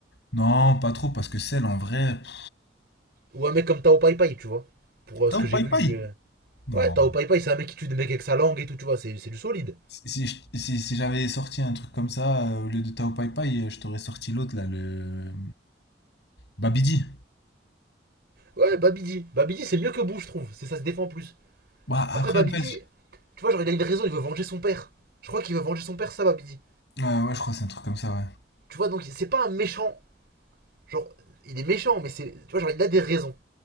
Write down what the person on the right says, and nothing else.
Ou un mec comme Tao Pai Pai, tu vois. Pour euh,
ce que j'ai
vu
du. euh,
Ouais, Tao Pai Pai, c'est un mec qui tue des mecs avec sa langue et tout, tu vois, c'est du solide.
Ouais, Babidi. Babidi, c'est mieux que Bou, je trouve. C'est ça se défend plus.
Après, Babidi,
tu vois, genre, il a une raison, il veut venger son père. Je crois qu'il veut venger son père, ça, Babidi.
Tu vois, donc, c'est pas un méchant. Genre, il est méchant, mais c'est. Tu vois, genre, il a des raisons.